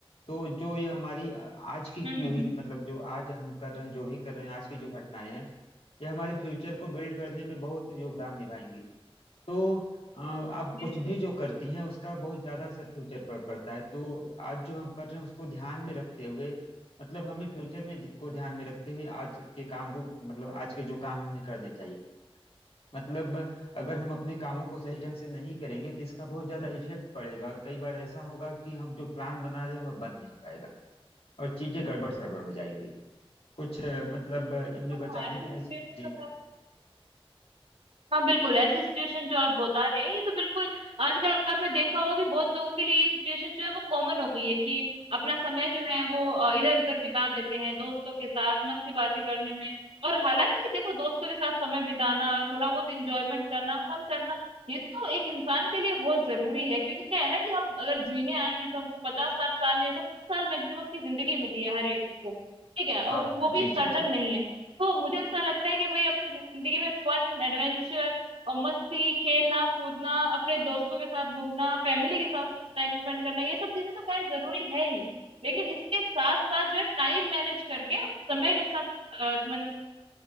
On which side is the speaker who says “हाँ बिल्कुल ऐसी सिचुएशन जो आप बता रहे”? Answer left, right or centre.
Right